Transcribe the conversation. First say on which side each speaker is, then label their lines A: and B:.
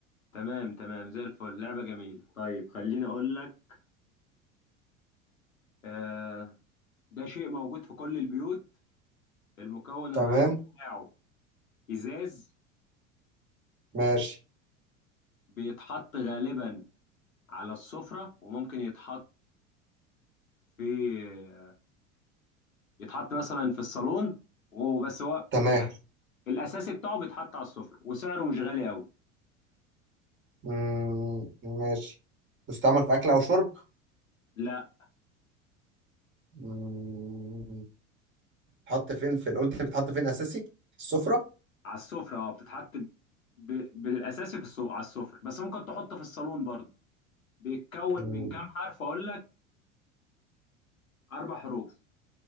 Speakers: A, on the left (about 85°); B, on the right (about 30°).
A: تمام تمام زي الفل لعبه جميله طيب خليني اقول لك آه، ده شيء موجود في كل البيوت المكون
B: تمام
A: الرئيسي بتاعه ازاز
B: ماشي
A: بيتحط غالبا على السفرة وممكن يتحط في يتحط مثلا في الصالون وهو بس هو
B: تمام
A: يعني الاساسي بتاعه بيتحط على السفرة وسعره مش غالي قوي
B: مم، ماشي بتستعمل في اكل او شرب
A: لا
B: مم، بتتحط فين في قلت بتتحط فين اساسي السفرة
A: على السفرة اه بتتحط ب... ب- بالاساسي في السوق على السفرة بس ممكن تحطه في الصالون برضه بيتكون
B: مم،
A: من كام حرف اقول لك اربع حروف